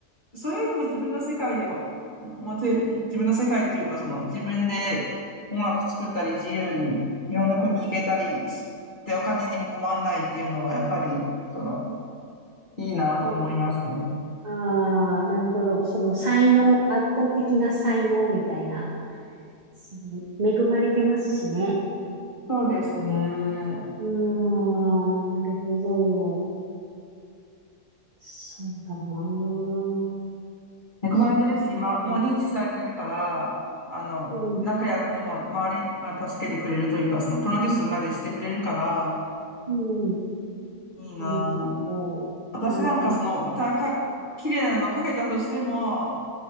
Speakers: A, on the left (about 35°); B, on the right (about 30°).
A: それよりも自分の世界を持てる、自分の世界っていうか、その、自分で音楽作ったり、自由にいろんな国行けたり、で、お金にも困んないっていうのは、やっぱり、その、いいなと思いますね。
B: うん。ああ、なるほど。その才能、圧倒的な才能みたいな。その恵まれてますしね。
A: そうですね。
B: うーん、なるほど。そうだなあ。
A: 恵まれてるし、
B: そう
A: ま、もう認知されてるから、
B: か。
A: あの、
B: うん、
A: なんかやっても周りが助けてくれるというか、そのプロデュースまでしてくれるから、
B: うん。
A: いいなぁ。
B: なるほど。
A: 私なんかその歌か、
B: なるほど。
A: 綺麗なのかけたとしても、